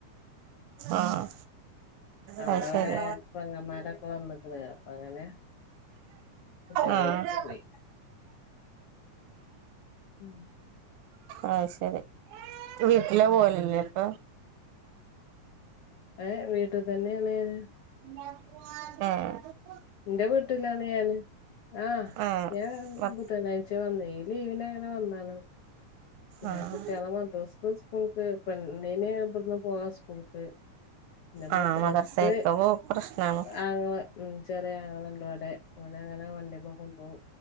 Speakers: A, on the right; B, on the left.
A: ആഹ്
B: അവിടെ
A: അത് ശരി
B: ഓലെ പൊങ്ങന്മാരൊക്കെ വന്നിക്ക്‌ ണ് അപ്പ അങ്ങനെ കുട്ടികളായിട്ട്
A: ആഹ്
B: പോയി ഉം
A: ആഹ ശരി വീട്ടിലേ പോവലി ല്ലേ അപ്പൊ
B: ഏ വീട്ട് തന്നെയാണ് ഞാൻ
A: ആഹ
B: എന്റെ വീട്ടിലാണ് ഞാൻ ആഹ
A: ആഹ്
B: ഞാൻ
A: മ
B: ബുധനാഴ്ച വന്ന ഈ ലീവന ഞാൻ വന്നാലോ പിന്നെ
A: ആഹ്
B: കുട്ടിയാള മദ്രസ സ്കൂൾക്ക് പെണ്ണിന്ഇബിടുന്നും പോകാം സ്കൂൾക്ക് പിന്നെ
A: ആഹ്
B: മദ്രസ്ക്
A: മദർസേക്ക് പോക്ക് പ്രശ്നാണ്
B: ആങ്ങള ചെറിയ ആങ്ങള ണ്ട അടെ അനെ അങ്ങനെ വണ്ടിപ്പം കൊണ്ടോവും